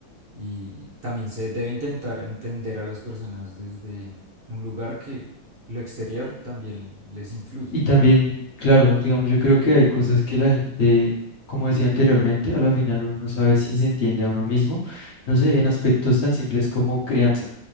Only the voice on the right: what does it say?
y también se debe intentar entender a las personas desde un lugar que lo exterior también les influye.